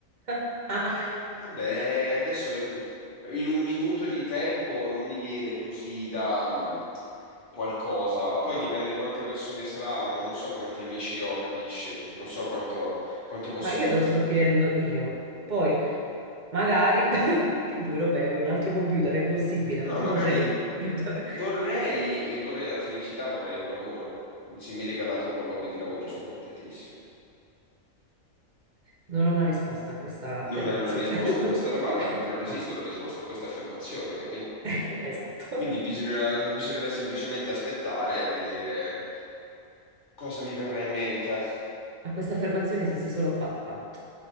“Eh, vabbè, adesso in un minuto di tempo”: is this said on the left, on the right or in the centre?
Left